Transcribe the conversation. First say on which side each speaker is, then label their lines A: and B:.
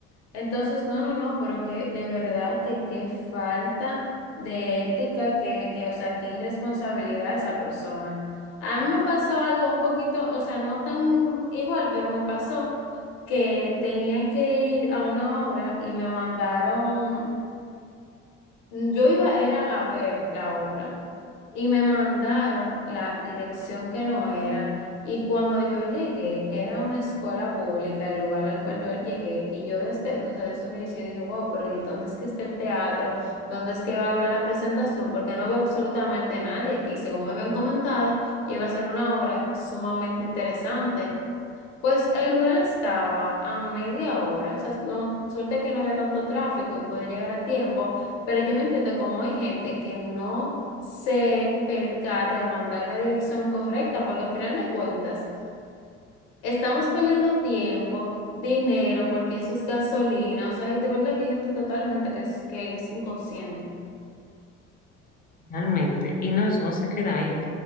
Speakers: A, on the left; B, on the left.
A: Entonces, no, no, no, pero que de verdad que qué falta de ética, que, que, o sea, qué irresponsabilidad esa persona. A mí me pasó algo un poquito, o sea, no tan igual, pero me pasó que tenían que ir a una obra y me mandaron. Mm, Yo iba era a ver la obra y me mandaron la dirección que no era y cuando yo llegué era una escuela pública el lugar al cual yo llegué y yo desde, o sea, desde un inicio dije, wow, pero ¿y dónde es que está el teatro? ¿Dónde es que va a haber la presentación? Porque no veo absolutamente nadie aquí. Según me habían comentado, iba a ser una obra sumamente interesante. Pues el lugar estaba a media hora, o sea, no, suerte que no había tanto tráfico y pude llegar a tiempo, pero yo no entiendo cómo hay gente que no se percata de mandar la dirección correcta, porque al final de cuentas estamos perdiendo tiempo, dinero, porque eso es gasolina, o sea, y de verdad que hay gente totalmente que es, que es inconsciente.
B: realmente. Y no, eso no se queda ahí.